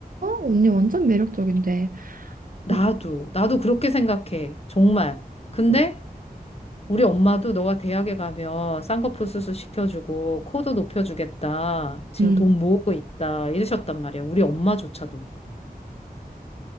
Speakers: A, on the right; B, on the left.
A: 언니 완전 매력적인데.
B: 나도,
A: 그렇군.
B: 나도 그렇게 생각해. 정말. 근데
A: 음,
B: 우리 엄마도 너가 대학에 가면 쌍꺼풀 수술 시켜주고 코도 높여주겠다. 지금
A: 음,
B: 돈 모으고 있다. 이러셨단 말이야. 우리 엄마조차도.